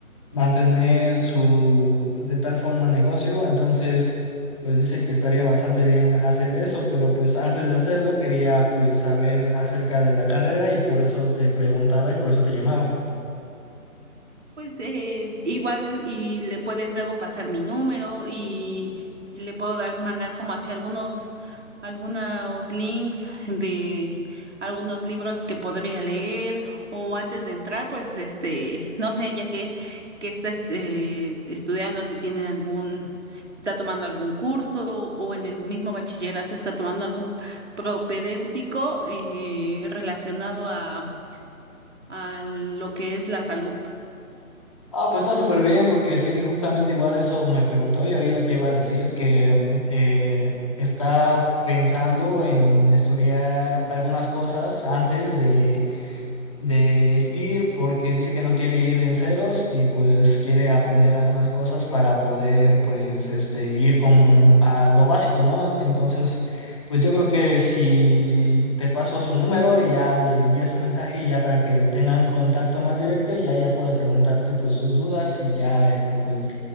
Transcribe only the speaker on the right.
Pues eh, igual y le puedes luego pasar mi número y, y le puedo dar, mandar como hacia algunos, algunos links de algunos libros que podría leer o antes de entrar, pues este, no sé, ya que, que está este, estudiando, si tiene algún, si está tomando algún curso o en el mismo bachillerato está tomando algún propedéutico eh, relacionado a, a lo que es la salud.